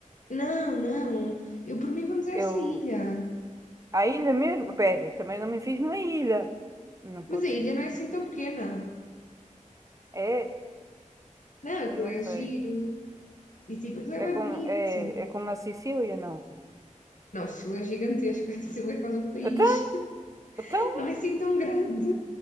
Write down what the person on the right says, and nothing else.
Eu,
à ilha mesmo? Pera, também não me fiz numa ilha. Não pode
ser.
É,
não
sei.
É
como,
é, é como na Sicília, não.
Então,
então,